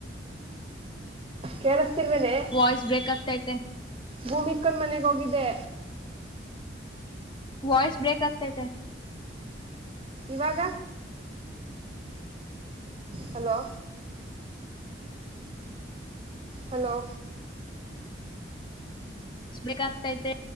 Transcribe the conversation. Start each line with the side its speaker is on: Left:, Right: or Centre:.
Right: ಕೇಳಿಸತಿಲ್ವೇನೆೇ
Left: ವಾಯ್ಸ್ ಬ್ರೇಕ್ ಆಗ್ತೈತೆ
Right: ಭೂಮಿಕ ನ ಮನೆಗೆ ಹೋಗಿದೆ
Left: ವಾಯ್ಸ್ ಬ್ರೇಕ್ ಆಗ್ತೈತೆ
Right: ಇವಾಗ ಹಲೋ ಹಲೋ
Left: <unintelligible> ಬೇಕಾಗ್ತೈತೆ